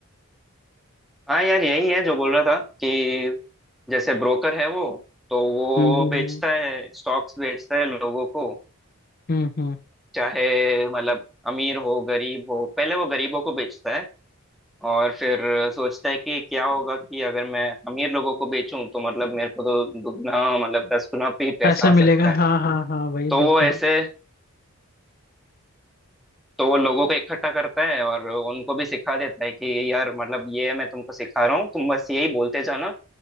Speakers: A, in the centre; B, on the left.
A: हाँ यार यही है जो बोल रहा था कि जैसे ब्रोकर है वो तो वो
B: हम्म
A: बेचता
B: हम्म
A: है स्टॉक्स बेचता है लोगों को
B: हम्म हम्म, हम्म।
A: चाहे मतलब अमीर हो गरीब हो पहले वो गरीबों को बेचता है और फिर सोचता है कि क्या होगा कि अगर मैं अमीर लोगों को बेचूं तो मतलब मेरे को तो दुगना मतलब दस गुना भी पैसा
B: पैसा
A: आ
B: मिलेगा
A: सकता है
B: हाँ हाँ हाँ वही
A: तो
B: बिल्कुल
A: वो ऐसे तो वो लोगों को इकट्ठा करता है और उनको भी सिखा देता है कि यार मतलब ये मैं तुमको सिखा रहा हूँ तुम बस यही बोलते जाना